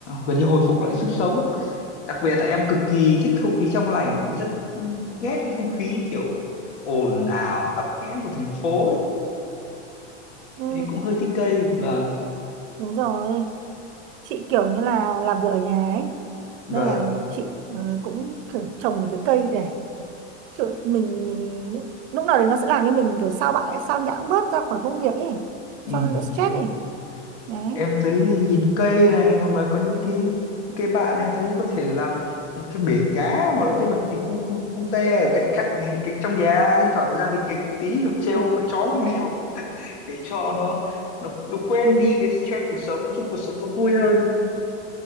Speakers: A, on the left; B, on the right.
A: gần như hồi phục lại sức sống đặc biệt là em cực kỳ thích không khí trong lành rất ừ, ghét cái không khí kiểu ồn ào tắc nghẽn của thành phố ấy.
B: ừ
A: nên cũng hơi thích cây vâng
B: đúng rồi chị kiểu như là làm việc ở nhà ấy
A: vâng
B: nên là chị ờ, cũng kiểu trồng một cái cây để kiểu mình mình lúc lúc nào đấy nó sẽ làm cho mình kiểu sao bạn sao nhãng bớt ra khỏi công việc ấy
A: ừ,
B: cho nó đỡ stress
A: đúng rồi
B: ấy đấy
A: em thấy nhìn cây này hoặc là có những cái những cái bạn em thấy có thể làm một cái bể cá hoặc là cái vật gì cu cu, cu te ở cạnh cạnh cạnh trong nhà thi thoảng ra nghịch nghịch một tí hoặc treo
B: Ờ,
A: con chó con mèo <laughs> để cho nó nó nó quên đi cái stress cuộc sống giúp cuộc sống nó vui hơn